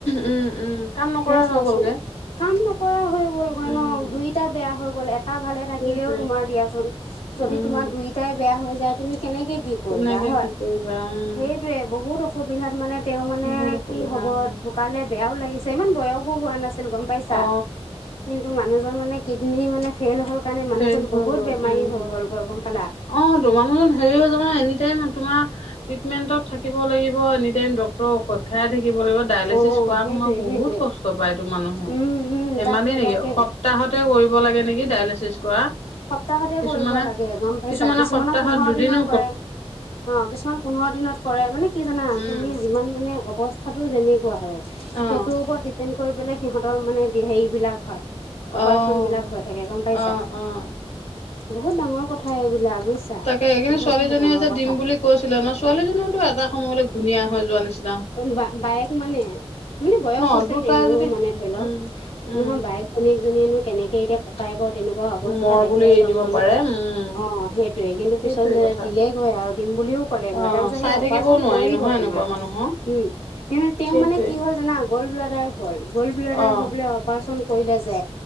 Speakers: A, on the left (about 90°); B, on the left (about 65°).
A: উম উম কাম নকৰা
B: সেয়া চোৱাচোন
A: হৈ গ'লগে।
B: কাম নকৰা হৈ ন'
A: উম
B: দুইটা বেয়া হৈ গ'ল, এটা ভালে থাকিলেও
A: সেইটোৱে
B: তোমাৰ দিয়াচোন যদি
A: উম
B: তোমাৰ দুই দুইটাই বেয়া হৈ যায় তুমি কেনেকে কি কৰিবা
A: কেনেকে
B: হয়।
A: কি কৰিবা উম।
B: সেইটোয়ে বহুত অসুবিধাত মানে তেওঁ মানে
A: বহুত অসুবিধা
B: কি হ'ব।
A: উম
B: ঢুকালে বেয়াও লাগিছে ইমান বয়সো হোৱা নাছিল গ'ম পাইছা!
A: অ
B: কিন্তু মানুহজন মানে কিডনী মানে ফেইল হ'ল কাৰণে মানুহজন
A: ফেইল হৈ
B: বহুত
A: গ'ল
B: বেমাৰী
A: উম
B: হৈ গ'ল গৈ গ'ম পালা!
A: অ', তো মানুহজন হেৰি হৈ যাব ন' এনি টাইম তোমাৰ ট্ৰিটমেন্টত থাকিব লাগিব, এনিটাইম ডক্টৰৰ ঔষধ খাই থাকিব লাগিব। ডায়লেচিছ
B: অ
A: কৰা
B: সেইটোৱে
A: সময়ত বহুত
B: সেইটোৱে
A: কষ্ট পায় টো মানুহে,
B: উম উম
A: ধেমালি
B: তাকে
A: নেকি
B: তাকে
A: সপ সপ্তাহতে কৰিব লাগে নেকি ডায়েলেচিছ কৰা?
B: সপ্তাহতে
A: কিছুমানে
B: কৰিব লাগে গ'ম পাইছা,
A: কিছুমানে
B: কিছুমানৰ
A: সপ্তাহত
B: পোন্ধৰ
A: দুদিনো
B: দিনত কৰে অ', কিছুমান পোন্ধৰ দিনত কৰে মানে কি জানা
A: উম।
B: তুমি যিমান মানে অৱস্থাতো যেনে কোৱা আৰু সেইটোৰ
A: অ',
B: ওপৰত ডিপেণ্ড কৰি পেলাই সিহঁতৰ মানে হেৰিবিলাক হয়। অপাৰেচন
A: অ',
B: বিলাক হৈ থাকে গ'ম পাইছা?
A: অ', অ'।
B: বহুত ডাঙৰ কথা এইবিলাক বুজিছা।
A: তাকে কিন্ত
B: বহুত
A: ছোৱালীজনীয়ে
B: বহুত ডাঙৰ
A: যে
B: কথা
A: দিম বুলি কৈছিলে ন' ছোৱালীজনীওতো এটা সময়লৈ ঘূনীয়া হৈ যোৱা নিছিনা।
B: বা-বায়েক মানে, মানে বয়স
A: ন
B: হৈছে
A: দুটাই
B: তেওঁৰো
A: যদি
B: মানে ধৰি লওঁক,
A: উম, উম,
B: নহয় বায়েক ভনীয়েক জনীয়েনো কেনেকে এতিয়া ককায়েকৰ তেনেকুৱা অৱস্থা
A: মৰ
B: দেখে
A: বুলি এৰি
B: চোৱাচোন।
A: দিব পাৰে উম।
B: অহ, সেই সেইটোৱে কিন্তু
A: সেইটোৱে
B: পিছত যে
A: কথা
B: দিলেগৈ আৰু দিম বুলিও ক'লেগৈ,
A: অ',
B: তাৰপিছত
A: চাই
B: সেই অপাৰেচন
A: থাকিবও নোৱাৰি
B: কৰিব
A: নহয়
B: তোমাৰ।
A: এনেকুৱা মানুহক
B: উম, সেই তেওঁ
A: সেইটোৱে।
B: মানে কি হ'ল জানা! গ'ল্ড ব্লাডাৰ হ'ল। গ'ল্ড ব্লাডাৰ
A: অ',
B: হৈ বোলে অপাৰচন কৰিলে যে